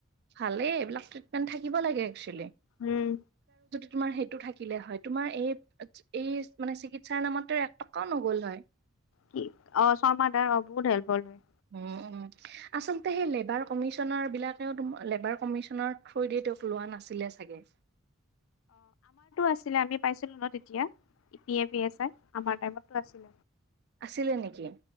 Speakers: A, on the right; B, on the left.
A: ভালেই এইবিলাক ট্ৰিটমেন্ট থাকিব লাগে। ছিলে।
B: উম
A: তোমাৰ সেইটো থাকিলে হয় তোমাৰ এই এই মানে চিকিৎসাৰ নামত এক টকাও নগ'ল হয়।
B: কি অ শৰ্মা দাৰ অ বহুত হেল্পৰ লয়।
A: উ উ আচলতে সেই লেবাৰ কমিশনৰ বিলাকেও লেবাৰ কমিশনৰ থ্ৰ। তেওঁক লোৱা নাছিলে চাগে।
B: আছিল আমি পাইছিলো ন তেতিয়া, ই পি এফ এ আমাৰ টাইমত আছিল।
A: আছিলে নেকি?